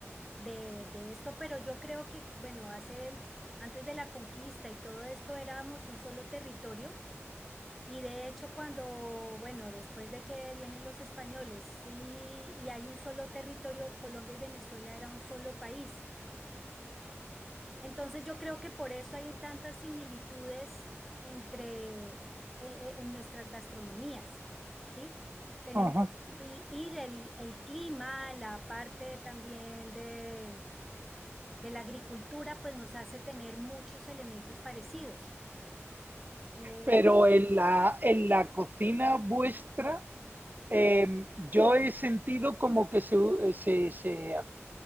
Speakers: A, in the centre; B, on the right (about 40°).
A: de, de esto, pero yo creo que, bueno, hace, antes de la conquista y todo esto éramos un solo territorio. Y de hecho, cuando, bueno, después de que vienen los españoles, sí, y hay un solo territorio, Colombia y Venezuela era un solo país. Entonces yo creo que por eso hay tantas similitudes entre eh, eh, en nuestras gastronomías, ¿sí? Tenemos
B: ajá.
A: y, y el, el clima, la parte también de, de la agricultura, pues nos hace tener muchos elementos parecidos. Eh,
B: Pero en la, en la cocina vuestra, eh, yo he sentido como que se, eh, se, se